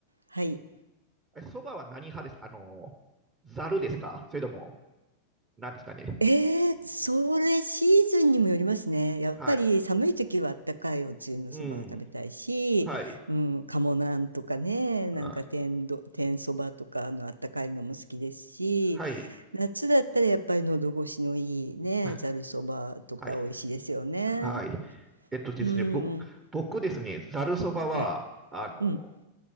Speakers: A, on the right; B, on the right.
A: はい。
B: そばは何派ですかあの、ざるですかそれとも、何ですかね
A: ええ、それシーズンにもよりますね。やっぱり寒い時はあったかいおつゆのそばが食べたいし、
B: はい。うん。はい。
A: うん、鴨なんとかね、
B: あ
A: なんか天ど、天そばとかのあったかいのも好きですし、
B: はい。
A: 夏だったらやっぱり喉越しのいいね、
B: あ
A: ざるそばとか美味しいですよね。
B: はい。はい。えっとですね、
A: うん、
B: 僕、僕ですね、ざるそばは、
A: はい、
B: あの、
A: うん。